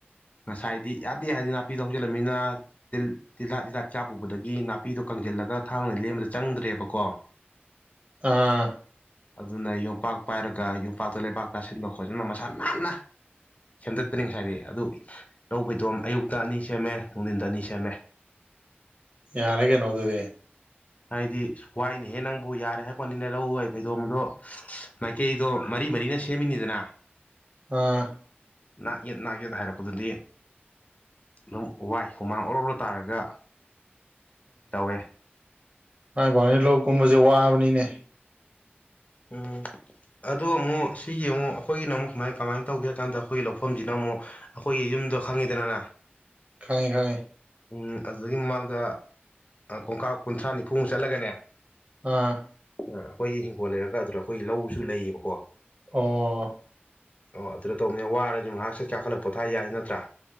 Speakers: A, on the left; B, on the right.
A: ꯉꯁꯥꯏꯗꯤ ꯌꯥꯗꯦ ꯌꯥꯔꯗꯤ ꯅꯥꯄꯤꯗ ꯍꯧꯖꯤꯜꯂꯅꯤꯅ ꯇꯤꯜꯍꯥꯠ ꯍꯤꯗꯥꯠ ꯆꯥ ꯄꯨꯕꯗꯒꯤ ꯅꯥꯄꯤꯗꯣ ꯀꯪꯁꯤꯜꯂꯒ ꯊꯥꯡꯅ ꯂꯦꯝꯕꯗ ꯆꯪꯗ꯭ꯔꯦꯕꯀꯣ
B: ꯑꯥ
A: ꯑꯗꯨꯅ ꯌꯣꯄꯥꯛ ꯄꯥꯏꯔꯒ ꯌꯣꯝꯄꯥꯛꯇ ꯂꯩꯕꯥꯛ ꯇꯥꯁꯤꯟꯕ ꯈꯣꯠꯆꯟꯕ ꯃꯁꯥ ꯅꯥꯟꯅ ꯁꯦꯝꯗꯠꯇꯅꯤ ꯉꯁꯥꯏꯗꯤ ꯑꯗꯨ ꯂꯧ ꯐꯩꯇꯣꯝ ꯑꯌꯨꯛꯇ ꯑꯅꯤ ꯁꯦꯝꯃꯦ ꯅꯨꯡꯊꯤꯟꯗ ꯑꯅꯤ ꯁꯦꯝꯃꯦ
B: ꯌꯥꯔꯦ ꯀꯩꯅꯣ ꯗꯨꯗꯤ
A: ꯍꯥꯏꯗꯤ ꯋꯥꯏꯅꯦꯍꯦ ꯅꯪꯕꯨ ꯌꯥꯔꯦ ꯍꯥꯏꯕꯩ ꯋꯥꯅꯤꯅꯦ ꯂꯧꯔꯣꯏ ꯐꯩꯗꯣꯝꯕꯗꯣ ꯃꯥꯏꯀꯩꯗꯣ ꯃꯔꯤ ꯃꯔꯤꯅ ꯁꯦꯝꯃꯤꯅꯤꯗꯅ
B: ꯑꯥ
A: ꯅꯥꯛ ꯌꯦꯠ ꯅꯥꯛ ꯌꯦꯗ ꯍꯥꯏꯔꯛꯄꯗꯨꯗꯤ ꯑꯗꯨꯝ ꯋꯥꯏ ꯍꯨꯃꯥꯡ ꯑꯣꯔꯛꯂꯣ ꯇꯥꯔꯒ ꯇꯧꯋꯦ
B: ꯊꯥꯏ ꯚꯥꯎꯅꯦ ꯂꯧ ꯀꯨꯝꯕꯁꯦ ꯋꯥꯕꯅꯤꯅꯦ
A: ꯎꯝ ꯑꯗꯣ ꯑꯃꯨꯛ ꯁꯤꯒꯤ ꯑꯃꯨꯛ ꯑꯩꯈꯣꯏꯒꯤꯅ ꯑꯃꯨꯛ ꯁꯨꯃꯥꯏ ꯀꯃꯥꯏꯅ ꯇꯧꯒꯦ ꯍꯥꯏ ꯀꯥꯟꯗ ꯑꯩꯈꯣꯏꯒꯤ ꯂꯧꯐꯝꯁꯤꯅ ꯑꯃꯨꯛ ꯑꯩꯈꯣꯏꯒꯤ ꯏꯟꯗꯣ ꯈꯪꯉꯤꯗꯅꯅ
B: ꯈꯪꯉꯦ ꯈꯪꯉꯦ
A: ꯎꯝ ꯑꯗꯨꯗꯒꯤ ꯃꯃꯥꯡꯗ ꯀꯣꯡꯀꯥ ꯀꯨꯟꯊ꯭ꯔꯥ ꯅꯤꯐꯨꯃꯨꯛ ꯆꯠꯂꯒꯅꯦ
B: ꯑꯥ
A: ꯑ ꯑꯩꯈꯣꯏꯒꯤ ꯍꯤꯡꯈꯣꯜ ꯂꯩꯔꯒ ꯑꯗꯨꯗ ꯑꯩꯈꯣꯏꯒꯤ ꯂꯧꯁꯨ ꯂꯩꯌꯦꯕꯀꯣ
B: ꯑꯣ
A: ꯑꯣ ꯑꯗꯨꯗ ꯇꯧꯄ ꯋꯥꯔꯁꯨ ꯉꯥꯏꯍꯥꯛ ꯁꯦ ꯀꯥꯈꯠꯂ ꯄꯣꯊꯥ ꯌꯥꯏ ꯅꯠꯇ꯭ꯔꯥ